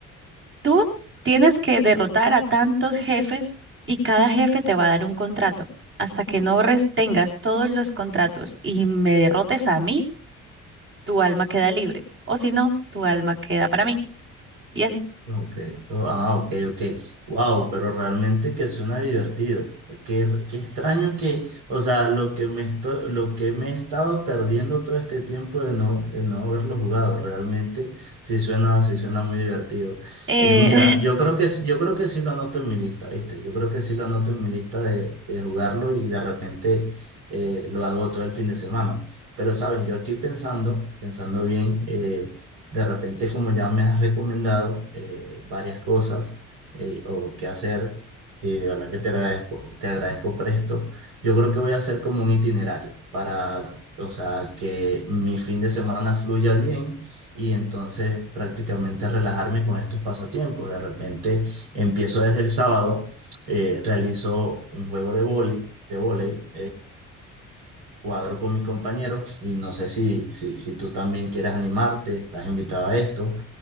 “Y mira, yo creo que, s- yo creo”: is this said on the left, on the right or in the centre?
Right